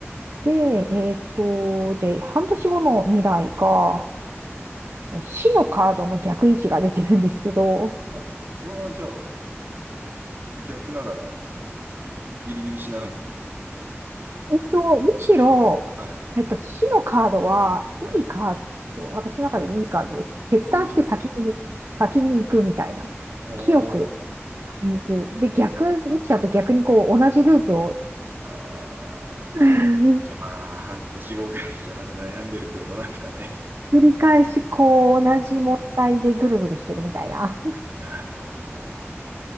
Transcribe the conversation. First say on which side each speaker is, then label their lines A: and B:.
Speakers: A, on the right; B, on the right.
A: て、えっと、で、半年後の未来が、
B: うん。
A: え死のカードの逆位置が出てるんですけど、
B: お、それはじゃあ、逆なら、ギリギリ死なないんですか
A: えっと、むしろ、
B: はい。
A: えっと、死のカードは、
B: はい。
A: いいカード、私の中でいいカードで、決断して先に向、
B: ほう。
A: 先に行くみたいな。
B: ほう
A: 清く先に行く。で、逆位置だと逆にこう、同じループを
B: あー。
A: <laughs>
B: じゃあまあ、半年後ぐらいじゃまだ悩んでるってことなんですかね。
A: 繰り返し、こう、同じ問題でぐるぐるしてるみたいな、
B: なるほど。